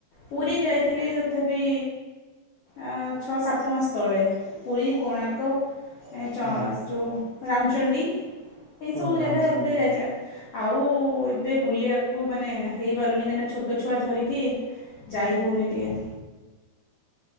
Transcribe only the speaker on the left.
ପୁରୀ ଯାଇଥିଲି ତଥାପି ଆ ଛଅ ସାତ ମାସ ତଳେ ପୁରୀ କୋଣାର୍କ ଏ ଚସ୍
ଯେଉଁ ରାମଚଣ୍ଡୀ ଏଇସବୁ
ଜାଗା ଏବେ ଯାଇଥିଲା ଆଉ ଏବେ ବୁଲିବାକୁ ମାନେ ହେଇପାରୁନି କାହିଁକିନା ଛୋଟ ଟ ଛୁଆ ଧରିକି ଯାଇ ହେଉନି ଟିକେ